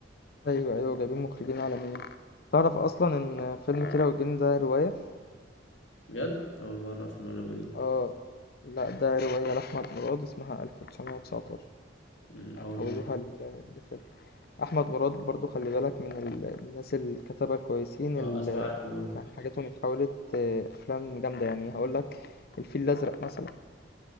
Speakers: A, on the left; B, on the left.
A: ايوه ايوه جايبين مخرجين عالميين تعرف اصلا ان فيلم كيرة والجن ده رواية
B: بجد اول مره في المعلومه دي
A: اه لا ده رواية لأحمد مراد اسمها 1919
B: أمم، اول
A: حولوها
B: مره
A: ل- لفيلم أحمد مراد برضو خلي بالك من ال- الناس الكتبة الكويسين
B: اه
A: اللي
B: اسمع عنه
A: يعني حاجاتهم اتحولت آه، أفلام جامدة يعني هقولك الفيل الأزرق مثلا